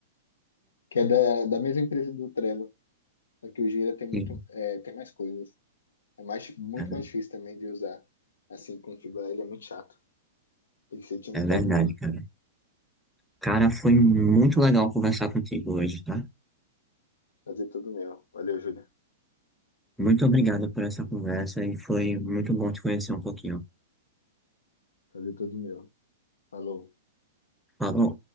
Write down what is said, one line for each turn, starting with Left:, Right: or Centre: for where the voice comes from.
Left: que é da, da mesma empresa do Trello. Só que o Gira tem muito
Centre: Sim,
Left: é, tem mais coisas. É mais muito
Centre: cara,
Left: mais difícil também de usar. Assim configurar ele é muito chato. Tem que ser time
Centre: é
Left: técnico.
Centre: verdade, cara. Cara, foi muito legal conversar contigo hoje, tá?
Left: Fazer tudo meu. Valeu, Júlia.
Centre: Muito obrigado por essa conversa e foi muito bom te conhecer um pouquinho.
Left: Fazer tudo meu. Falou.
Centre: Falou.